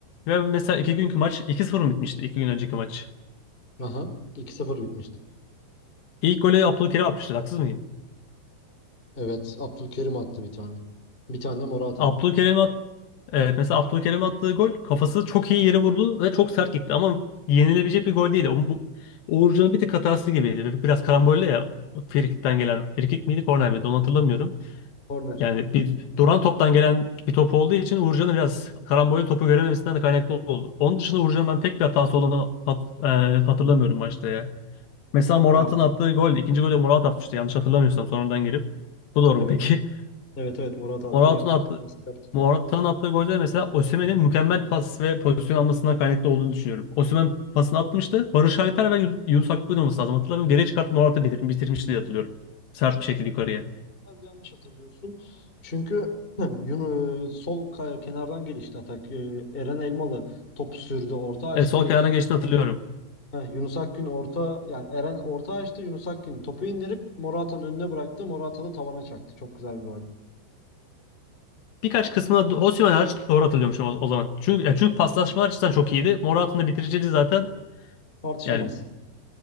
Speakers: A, on the left (about 70°); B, on the left (about 20°).
A: Ve mesela iki günkü maç iki 0 mı bitmişti? iki gün önceki maç.
B: Aha. iki sıfır bitmişti.
A: İlk golü Abdülkerim atmıştır. Haksız mıyım?
B: Evet. Abdülkerim attı bir tane. Bir tane de Morata
A: Abdülkerim
B: attı.
A: at Evet mesela Abdülkerim attığı gol kafası çok iyi yere vurdu ve çok sert gitti ama yenilebilecek bir gol değil. Onun bu Uğurcan'ın bir tık hatası gibiydi. Bir- Biraz karambolle ya Frikik'ten gelen Frikik miydi korner miydi onu hatırlamıyorum.
B: Korner.
A: Yani bir duran toptan gelen bir top olduğu için Uğurcan'ın biraz karambolle topu görememesinden de kaynaklı oldu. Onun dışında Uğurcan'ın ben tek bir hatası olduğunu hat- e, hatırlamıyorum maçta ya. Mesela Morata'nın
B: Ya
A: attığı gol, ikinci golü Morata atmıştı yanlış hatırlamıyorsam sonradan girip. Bu doğru
B: evet
A: mu peki? <laughs>
B: evet evet Morata attı
A: Morata'nın
B: Yunus
A: attığı,
B: Akgün asist yaptı.
A: Morata'nın attığı golde mesela Osimhen'in mükemmel pas ve pozisyon almasından kaynaklı olduğunu düşünüyorum. Osimhen pasını atmıştı. Barış Alper ve Yun- Yunus Akgün olması lazım. Hatırlamıyorum. Geriye çıkartıp Morata bitir- bitirmişti diye hatırlıyorum. Sert
B: Çok
A: bir şekilde
B: az,
A: yukarıya.
B: az yanlış hatırlıyorsun. Çünkü <clears throat> <laughs> Yunus sol kay- kenardan gelişti atak. Ee, Eren Elmalı top sürdü, orta açtı.
A: E, sol
B: Yunus
A: kenardan
B: Akgün,
A: geçtiğini hatırlıyorum.
B: Heh, Yunus Akgün orta yani Eren orta açtı. Yunus Akgün topu indirip Morata'nın önüne bıraktı. Morata da tavana çaktı. Çok güzel bir gol.
A: Birkaç kısmına do- Osimhen hariç doğru hatırlıyormuşum o, o zaman. Çünkü ya çünkü paslaşma açısından çok iyiydi. Morata'nın da bitiriciliği zaten
B: Tartışılmaz.
A: yani